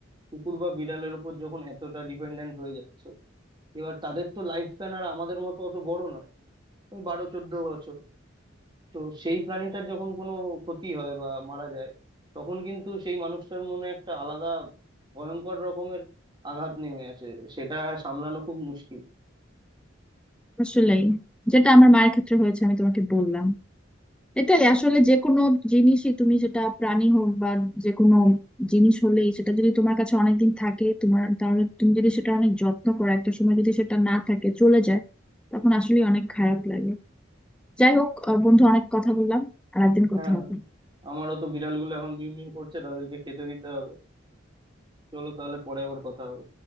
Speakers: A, on the right; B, in the centre.
A: কুকুর বা বিড়ালের ওপর যখন এতটা ডিপেন্ডেন্ট হয়ে যাচ্ছ এবার তাদের তো লাইফ স্প্যান আর আমাদের মতো অত বড় নয় ওই বারো চোদ্দ বছর তো সেই প্রাণীটার যখন কোনো ক্ষতি হয় বা মারা যায় তখন কিন্তু সেই মানুষটার মনে একটা আলাদা ভয়ঙ্কর রকমের আঘাত নেমে আসে সেটা সামলানো খুব মুশকিল
B: আসলেই যেটা আমার মায়ের ক্ষেত্রে হয়েছে আমি তোমাকে বললাম এটাই আসলে যে কোনো জিনিসই তুমি সেটা প্রাণী হোক বা যে কোনো জিনিস হলেই সেটা যদি তোমার কাছে অনেকদিন থাকে তোমার তাহলে তুমি যদি সেটা অনেক যত্ন করো একটা সময় যদি সেটা না থাকে চলে যায় তখন আসলে অনেক খারাপ লাগে যাই হোক আহ, বন্ধু অনেক কথা বললাম আর একদিন কথা
A: হ্যাঁ
B: হবে
A: আমারও তো বিড়ালগুলো এখন মিউ মিউ করছে তাদেরকে খেতে দিতে হবে চলো তাহলে পরে আবার কথা হবে